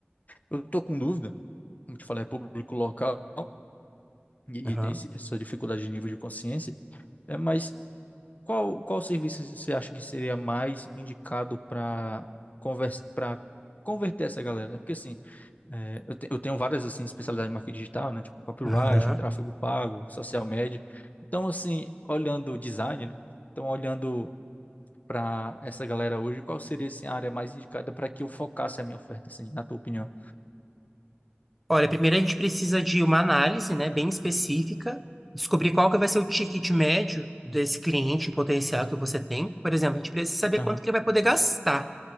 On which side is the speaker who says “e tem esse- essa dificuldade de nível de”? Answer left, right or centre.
Left